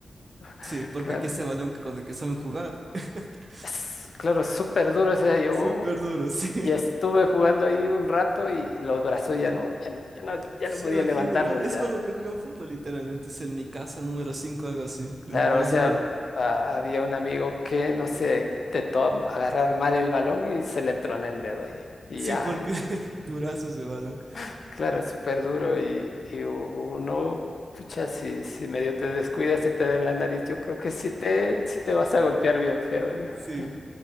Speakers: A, on the left; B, on the right.
A: <laughs>
B: Sí, porque
A: Claro.
B: aquí ese balón con el que saben jugar <laughs>
A: Es- claro, es súper duro ese día.
B: es
A: Yo
B: súper duro, sí.
A: y estuve jugando ahí un rato y los brazos ya no, ya no, ya no, ya
B: Sí,
A: no podía
B: imagino
A: levantarlos
B: igual. Es
A: ya.
B: con el que juegan fútbol, literalmente. Es el mi casa número 5 algo así. El
A: Claro,
B: más
A: o sea,
B: duro.
A: a- había un amigo que, no sé, intentó am- agarrar mal el balón y se le tronó el dedo ahí. Y
B: Sí,
A: ya,
B: porque <laughs> durazos de balón.
A: <laughs> claro, es súper duro y, y u- uno, pucha, si, si medio te descuidas y te den la nariz, yo creo que sí te, sí te vas a golpear bien feo. digo.
B: Sí.
A: <laughs>